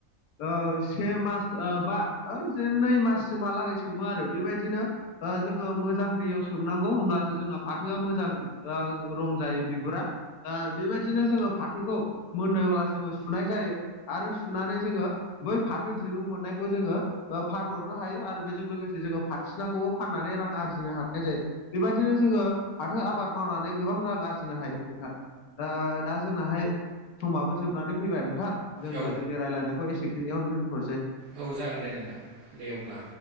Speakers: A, on the left; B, on the right.
A: ओ से मास ओ बा ओ जे नै माससिमहालागै सोमो आरो बेबायदिनो ओ जोङो मोजां दैयाव सोमनांगौ होमब्लासो जोंना फाथोआ मोजां ओ रं जायो बिगुरा दा बेबायदिनो जोङो फाथोखौ मोनोब्ला जोङो सुनाय जायो आरो सुनानै जोङो बै फाथो दिरुं मोननायखौ जोङो ओ फानहरनो हायो आरो बेजों लोगोसे जोङो फाथिनाखौबो फाननानै रां आरजिनो हानाय जायो। बेबायदिनो जोङो फाथो आबाद मावनानै गोबां रां आरजिनो हायो नोंथां ओ दा जोंनाहाय समाबो जोबनानै फैबाय नोंथां जोङो
B: औ
A: जोंनि रायलायनायखौ एसेखिनियावनो दोनथ'नोसै
B: औ जागोन दे नोंथां दे अब्ला